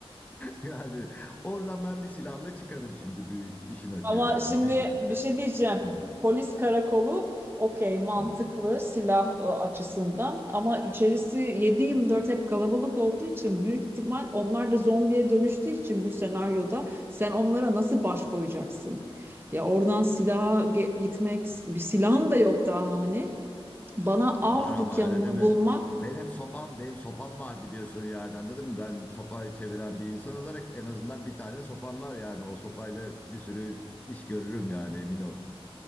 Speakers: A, on the left (about 15°); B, on the right (about 20°).
A: Yani Oradan ben bir silahla çıkarım şimdi bir işin açığı
B: Ama
A: yani
B: şimdi
A: bir şekilde.
B: bir şey diyeceğim.
A: Hı,
B: Polis karakolu okey mantıklı
A: hı.
B: silah e, açısından ama içerisi 7 dört hep kalabalık olduğu için büyük ihtimal onlar da zombiye dönüştüğü için bu senaryoda sen onlara nasıl baş koyacaksın? Ya oradan silaha ge- gitmek bir silahım da yok daha hani. Bana av
A: Var ama
B: dükkanını
A: öyle deme.
B: bulmak
A: Benim sopam, benim sopam var biliyorsun yani anladın mı? Ben sopayı çeviren bir insan olarak en azından bir tane sopam var yani. O sopayla bir sürü iş görürüm yani emin ol.